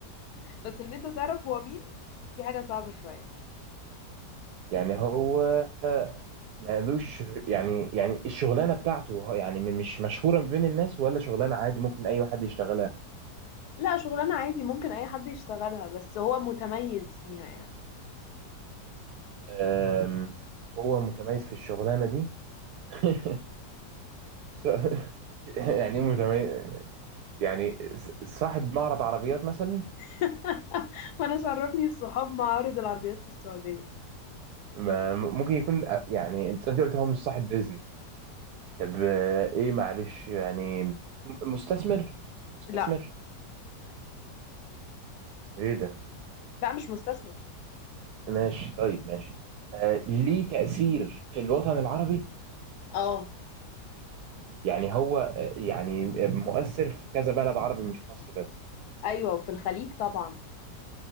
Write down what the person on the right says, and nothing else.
يعني هو مالوش يعني يعني الشغلانه بتاعته هو- يعني م- مش مشهوره بين الناس ولا شغلانه عادي ممكن اي واحد يشتغلها
أم، هو متميز في الشغلانة دي <laughs> س- يعني إيه متميز يعني س- صاحب معرض عربيات مثلا
ما- ممكن يكون آه، يعني انت أنت قلت هو مش صاحب بيزنس طب آه، ايه معلش يعني م- مستثمر مستثمر
ايه ده
ماشي طيب ماشي آه ليه تأثير في الوطن العربي
يعني هو آه، يعني مؤثر في كذا بلد عربي مش مصر بس